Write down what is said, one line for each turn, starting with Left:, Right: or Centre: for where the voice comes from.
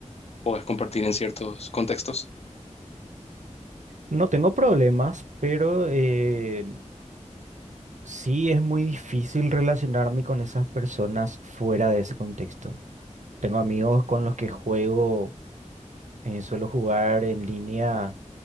Left: podés compartir en ciertos contextos.
Right: No tengo problemas, pero eh, sí es muy difícil relacionarme con esas personas fuera de ese contexto. Tengo amigos con los que juego Eh, suelo jugar en línea